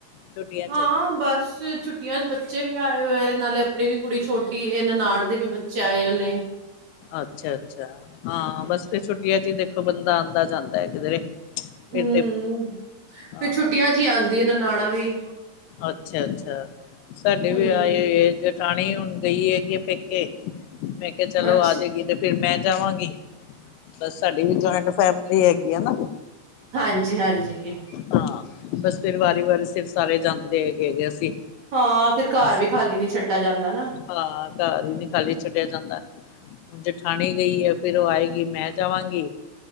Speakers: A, on the left; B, on the right.
A: ਛੁੱਟੀਆਂ
B: ਹਾਂ,
A: ਚ
B: ਬਸ ਛੁੱਟੀਆਂ ਚ ਬੱਚੇ ਵੀ ਆਏ ਹੋਏ, ਨਾਲੇ ਅਪਨੀ ਵੀ ਕੁੜੀ ਛੋਟੀ ਏ, ਨਨਾਨ ਦੇ ਵੀ ਬੱਚੇ ਆਏ ਉਨੇ
A: ਅੱਛਾ ਅੱਛਾ ਹਾਂ ਬਸ ਫਿਰ ਛੁੱਟੀਆਂ ਚ ਦੇਖੋ <unintelligible> ਜਾਂਦਾ ਹੈ ਕਿਧਰੇ ਫਿਰ
B: ਹਮ,
A: ਤੇ ਹਾਂ
B: ਫੇਰ ਛੁੱਟੀਆਂ ਚ ਈ ਆਂਦੀ ਐ ਨਨਾਣਾ ਵੀ
A: ਅੱਛਾ ਅੱਛਾ, ਸਾਡੇ
B: ਹੂੰ
A: ਵੀ ਆਏ ਹੋਏ ਏ ਜਠਾਣੀ ਹੁਣ ਗਈ ਹੈਗੀ ਆ ਪੇਕੇ ਮੈਂ ਕਿਹਾ ਚਲੋ,
B: ਅੱਛ
A: ਆਜੇਗੀ ਤੇ ਫਿਰ ਮੈਂ ਜਾਵਾਂਗੀ ਬਸ ਸਾਡੀ ਵੀ ਜੁਆਇੰਟ ਫੈਮਿਲੀ ਹੈਗੀ <unintelligible> ਨਾ
B: ਹਾਂਜੀ-ਹਾਂਜੀ
A: ਹਾਂ, ਬਸ ਫੇਰਿ ਵਾਰੀ ਵਾਰੀ ਫਿਰ ਸਾਰੇ ਜਾਂਦੇ ਹੈਗੇ ਹੈਗੇ ਸੀ,
B: ਹਾਂ ਫਿਰ ਘਰ
A: ਬੱਸ
B: ਵੀ ਖਾਲੀ ਨੀ ਛੱਡਾ ਜਾਂਦਾ ਨਾ
A: ਹਾਂ, ਘਰ ਵੀ ਨੀ ਖਾਲੀ ਛੱਡਿਆ ਜਾਂਦਾ ਹੁਨ ਜਠਾਣੀ ਗਈ ਹੈ ਫਿਰ, ਉਹ ਆਏਗੀ ਮੈਂ ਜਾਵਾਂਗੀ